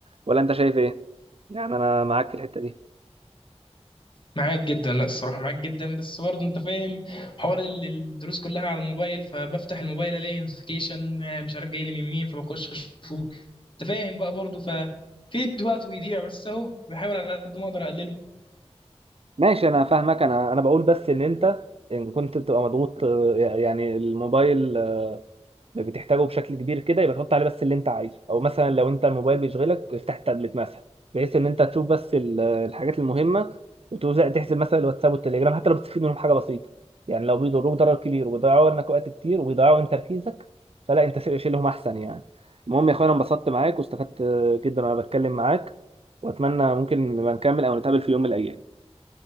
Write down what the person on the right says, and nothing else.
ولا انت شايف ايه يعني انا معاك في الحته دي
ماشي انا فاهمك انا انا بقول بس ان انت ان كنت بتبقى مضغوط آه، يعني الموبايل بتحتاجه بشكل كبير كده يبقى تحط عليه بس اللي انت عايزه او مثلا لو انت الموبايل بيشغلك تفتح التابلت مثلا بحيث ان انت تشوف بس ال- الحاجات المهمه وتوزع تحسب مثلا الواتساب والتليجرام حتى لو بتستفيد منهم حاجه بسيطه يعني لو بيضروك ضرر كبير وبيضيعوا منك وقت كتير وبيضيعوا من تركيزك فلا انت سيب- شيلهم احسن يعني المهم يا اخويا انا انبسطت معاك واستفدت جدا وانا بتكلم معاك واتمنى ممكن نبقى نكمل او نتقابل في يوم من الايام